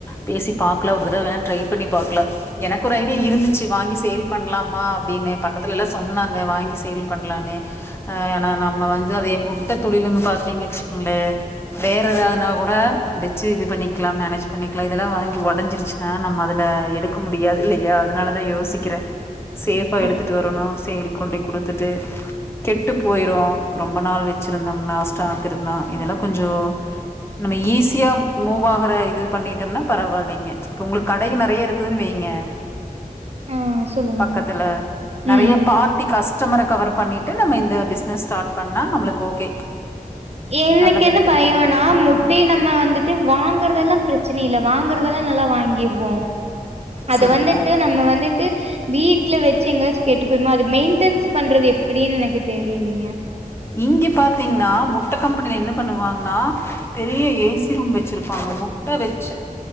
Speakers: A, on the left; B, on the right.
A: பேசி பாக்கல ஒரு தடவ வேணா ட்ரை பண்ணி பாக்கல எனக்கு ஒரு ஐடியா இருந்துச்சி வாங்கி சேல் பண்லாமா அப்டின்னு பக்கத்துலல்லா சொன்னாங்க வாங்கி சேல் பண்லான்னு அ நா நம்ம வந்து அத முட்ட தொழிலுன் பாத்தீங்க வச்சுகங்கள வேற எதாதுனா கூட வச்சு இது பண்ணிக்லா மேனேஜ் பண்ணிக்லா இதெல்லா வாங்கி ஒடஞ்சிருச்சு னா நம்ம அதுல எடுக்க முடியாது இல்லயா அதனால தா யோசிக்கிற சேஃபா எடுத்துட்டு
B: அப்
A: வரணு சே கொண்டோய் குடுத்துட்டு கெட்டு போயிரு ரொம்ப நாள் வச்சிருந்தம்னா ஸ்டாக் இருந்தா இதெல்லா கொஞ்சோ நம்ம ஈஸியா மூவ் ஆகற இது பண்ணிட்டம்னா பரவால்லைங்க உங்ளுக்கு கடையு நறைய இருக்குதுன் வைங்க
B: ஆ சொல்லுங்க
A: பக்கத்துல நறைய
B: ம்
A: பா பார்ட்டி கஸ்டமர கவர் பண்ணிட்டு நம்ம இந்த பிஸ்னஸ் ஸ்டார்ட் பண்ணா நம்மளுக்கு ஓகே
B: என்னக்கென்ன
A: நல்ல பெனிஃபிட்
B: பயோ னா முட்டை நம்ம வந்துட்டு வாங்கறதெல்லா பிரச்சனை இல்ல வாங்கறதெல்லா நல்லா வாங்கிருவோம் அது
A: சரிங்க
B: வந்துட்டு நம்ம வந்து டு வீட்ல வச்சு எங்காச்சு கெட்டு போய்ருமோ அது மெய்ன்டென்ஸ் பண்றது எப்டின்னு எனக்கு தெரிலிங்க
A: இங்க பாத்தீங்னா முட்ட கம்பெனில என்ன பண்ணுவாங்னா பெரிய ஏசி ரூம் வச்சிருப்பாங்க முட்ட வச்சு